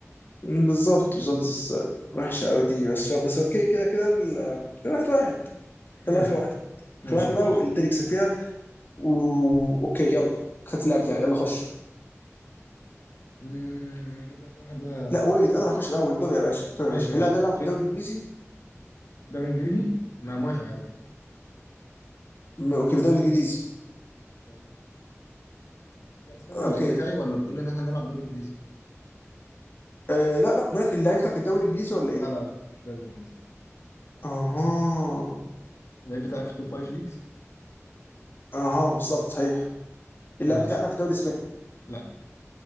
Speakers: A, on the left; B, on the left.
A: بالظبط بالظبط بس وحشه قوي دي بس بس اوكي كده كده ال- كده واحد واحد
B: امم
A: يلا اخر واحده
B: ماشي
A: اخر واحده
B: يلا
A: بقى
B: اخر
A: واللي يكسب فيها و... اوكي يلا خدت اللاعب بتاعي يلا خش
B: امم هجيب لك واحدة
A: لا ويت انا
B: تريكي
A: اللي هخش الاول دوري يا باشا دوري
B: ماشي
A: يا باشا
B: ماشي
A: اللاعب ده بيلعب في
B: تريكي
A: الدوري الانجليزي
B: دوري انجليزي ما موافق عادي
A: م- اوكي في الدوري الانجليزي
B: خلاص ماشي لا استنى
A: اوكي
B: اللعيب بتاعي ولا بتقول لي ان احنا نلعب دوري انجليزي
A: آه لا لا ولكن اللاعب بتاعك في الدوري الانجليزي ولا
B: لا
A: ايه؟
B: لا لا مش دوري انجليزي
A: اها
B: اللعيب بتاعك في التوب فايف ليجز
A: اها بالظبط صحيح اللاعب
B: ماشي
A: بتاعنا في الدوري الاسباني
B: لا